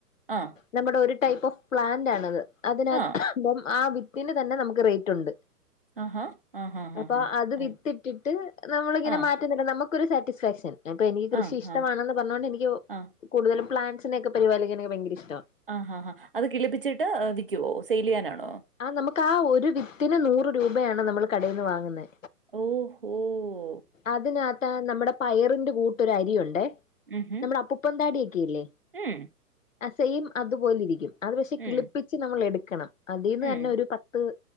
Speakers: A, on the right; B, on the left.
A: ആഹ്
B: നമ്മുടെ ഒരു ടൈപ്പ് ഓഫ് പ്ലാന്റ് ആണ അത് അതിനകം
A: ആഹ്
B: ആ വിത്തിന് തന്നെ നമുക്ക് റേറ്റ് ഉണ്ട്
A: ആഹാ ആഹാ ഹാ
B: അപ്പൊ
A: ഹാ
B: അത് വിത്തിട്ടിട്ട്
A: ആഹ്
B: നമ്മളിങ്ങനെ
A: ആഹ്
B: മാറ്റ നമുക്കൊരു സാറ്റിസ്ഫാക്ഷൻ ഇപ്പൊ എനിക്ക് കൃഷി
A: ആഹ്
B: ഇഷ്ടമാണന്ന്
A: ആഹ്
B: പറഞ്ഞൊണ്ട് എനിക്ക്
A: ആഹ് ആഹ്
B: കൂടുതലും പ്ലാൻ യോക്കെ പരിപാലിക്കാനൊ ഭയങ്ക ഇഷ്ട
A: ആഹ് ആഹ് അത് കിളിപ്പിച്ചിട്ട് വിൽക്കുവോ സെയിൽ ചെയ്യാനാണോ
B: ആഹ് നമുക്ക് ആ ഒരു വിത്തിന് നൂറ് രൂപയാണ് നമ്മൾ കടയിൽ നിന്ന് വാങ്ങുന്നെ
A: ഓഹ് ഓഹ്
B: അതിനകത്ത നമ്മുടെ പയറിന്റെ കൂട്ടൊരു അരിയുണ്ടെ
A: ഉം ഹും
B: നമ്മുടെ അപ്പുപ്പതാടിയോക്കെല്ലേ
A: ഉം
B: ആ സെം അതുപോലെ ഇരിക്കും അത് പക്ഷെ കിളിപ്പിച്ച്
A: ഉം
B: നമ്മൾ എടുക്കണം അതിന്ന്
A: ഉം
B: തന്നെ ഒരു പ ത്ത്